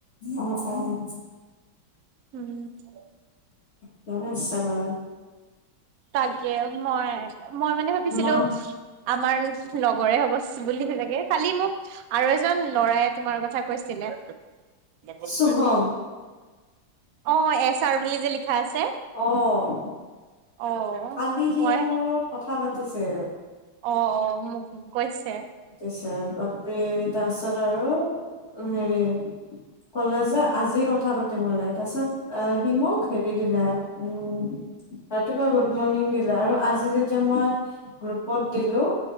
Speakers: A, on the left; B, on the right.
A: অ', অ',
B: হম <unintelligible>
A: <unintelligible> চাবা
B: তাকে মই মই মানে ভাবিছিলোঁ
A: মই
B: আমাৰ লগৰে হ'ব চা চাগে বুলি তেনেকে খালি মোক আৰু এজন লৰায় তোমাৰ কথা কৈছিলে। বল
A: শুভম
B: পাইছ। অ', এছ আৰ বুলি যে লিখা আছে।
A: অ',
B: অ
A: কালি সি
B: মই
A: মোৰ লগত কথা পাতিছে।
B: অ', অ, মোক কৈছে।
A: আছে বাপৰে তাৰপিছত আৰু, হেৰি ক'লে যে আজি কথা পাতিম বলে তাৰপিছত আহ সি মোক হেৰি দিলে উম, ৰাতিপুৱা গ গুড মৰ্ণিং দিলে আৰু আজি যেতিয়া মই, গ্ৰুপত দিলোঁ